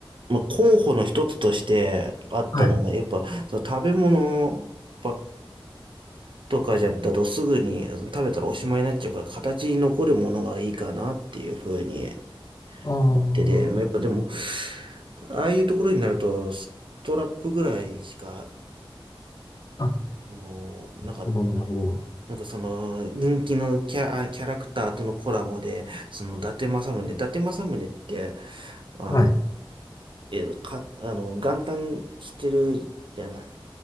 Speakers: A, on the right; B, on the left.
A: あ、候補の一つとしてあったのが、
B: はい。
A: やっぱ、その食べ物ばっとかじゃ、だとすぐに食べたらおしまいになっちゃうから、形に残るものがいいかなっていうふうに
B: あ
A: 思ってて、まあ、やっぱでも、ああいうところになると、ストラップぐらいしか
B: あ、あ、なる
A: あのなんか、
B: ほど、なるほど。
A: なんかその、人気のキャ、あキャラクターとのコラボで、その、伊達政宗、伊達政宗って、あの、
B: はい。
A: え、か、あの、元旦してるじゃない。